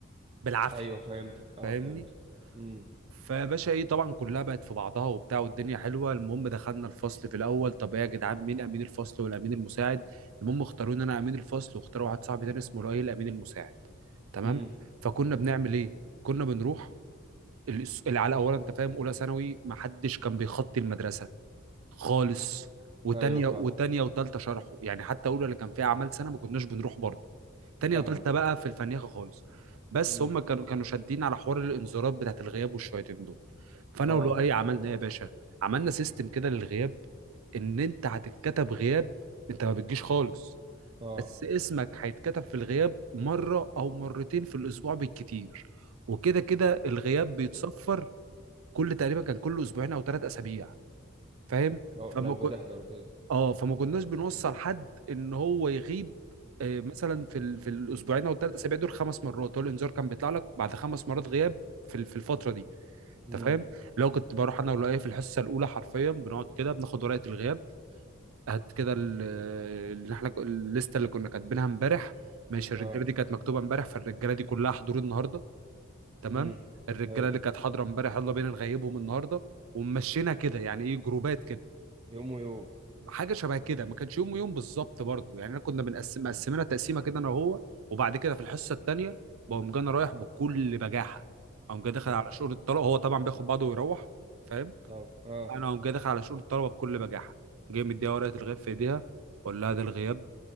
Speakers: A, on the right; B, on the right.
A: بالعافيه
B: ايوه فهمتك اه
A: فاهمني
B: فهمتك امم
A: فباشا ايه طبعا كلها بقت في بعضها وبتاع والدنيا حلوه المهم دخلنا الفصل في الاول طب ايه يا جدعان مين امين الفصل والامين المساعد المهم اختاروا ان انا امين الفصل واختاروا واحد صاحبي تاني اسمه لؤي الامين المساعد تمام
B: امم
A: فكنا بنعمل ايه كنا بنروح الأس- اللي على اولا انت فاهم اولى ثانوي ما حدش كان بيخطي المدرسه خالص وتانية
B: ايوه فاهم
A: وتانية وتالتة شرحه يعني حتى اولى اللي كان فيها اعمال سنه ما كناش بنروح برضه تانية
B: فاهمك
A: وتالتة
B: فاهم
A: بقى في الفنيخة خالص بس
B: امم
A: هم كانوا كانوا شادين على حوار الانذارات بتاعت الغياب والشويتين دول فانا
B: اه
A: ولؤي عملنا ايه يا باشا عملنا سيستم كده للغياب ان انت هتتكتب غياب انت ما بتجيش خالص
B: اه
A: بس اسمك هيتكتب في الغياب مرة او مرتين في الاسبوع بالكتير وكده كده الغياب بيتصفر كل تقريبا كان كل اسبوعين او ثلاث اسابيع فاهم
B: لو
A: فما
B: لو بتحضر وكده
A: اه فما كناش بنوصل حد ان هو يغيب آه، مثلا في ال... في الاسبوعين او الثلاث اسابيع دول خمس مرات هو الانذار كان بيطلع لك بعد خمس مرات غياب في ال- في الفتره دي
B: امم
A: انت فاهم لو كنت بروح انا ولا ايه في الحصه الاولى حرفيا بنقعد كده بناخد ورقه الغياب هات كده ال- اللي احنا الليسته اللي كنا كاتبينها امبارح ماشي
B: اه
A: الرجاله دي كانت مكتوبه امبارح فالرجاله دي كلها حضور النهارده تمام
B: امم
A: الرجاله
B: ايوه
A: اللي كانت حاضره امبارح يلا بينا نغيبهم النهارده ومشينا كده يعني ايه جروبات كده
B: يوم ويوم
A: حاجه شبه كده ما كانش يوم ويوم بالظبط برضو يعني انا كنا بنقسم مقسمينها تقسيمه كده انا وهو وبعد كده في الحصه الثانيه بقوم جاي انا رايح بكل بجاحه اقوم جاي داخل
B: اه
A: على شؤون الطلبه هو طبعا بياخد بعضه ويروح فاهم
B: طبعا اه
A: انا اقوم جاي داخل على شؤون الطلبه بكل بجاحه جاي مديها ورقه الغياب في ايديها اقول لها ده الغياب